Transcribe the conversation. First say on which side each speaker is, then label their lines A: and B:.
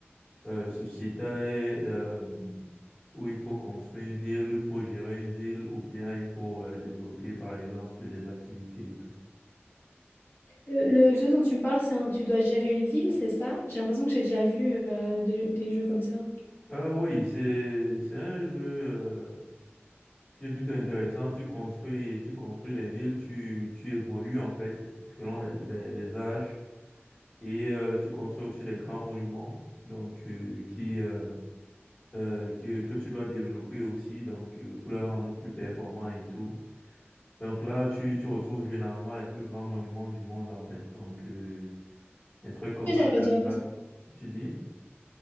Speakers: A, on the left; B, on the left.
A: euh, Société, euh, où il faut construire une ville, il faut gérer une ville, ou bien il faut euh, développer par exemple des activités et tout.
B: Le, le jeu dont tu me parles, c'est un... tu dois gérer une ville, c'est ça? J'ai l'impression que j'ai déjà vu euh, des, des jeux comme ça.
A: Euh, oui, c'est c'est un jeu euh, qui est plutôt intéressant. Tu construis tu construis les villes, tu tu évolues en fait selon les les, les âges. Et euh, tu construis aussi des grands monuments donc, euh, qui, euh, euh, que, que tu dois développer aussi donc, euh, pour les rendre plus performants et tout. Donc là, tu, tu retrouves généralement les plus grands monuments du monde en fait. Donc, euh, des trucs comme
B: Et J'avais
A: Alcatraz,
B: déjà vu,
A: tu dis?